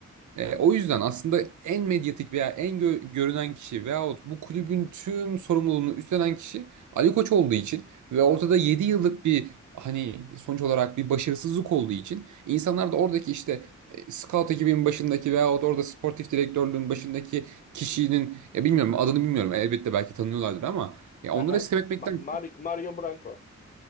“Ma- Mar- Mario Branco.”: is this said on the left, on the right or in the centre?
Left